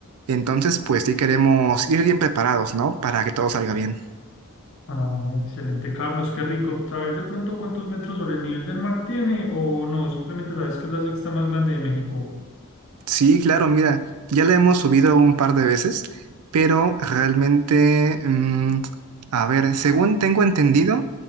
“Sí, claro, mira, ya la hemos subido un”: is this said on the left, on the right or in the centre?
Right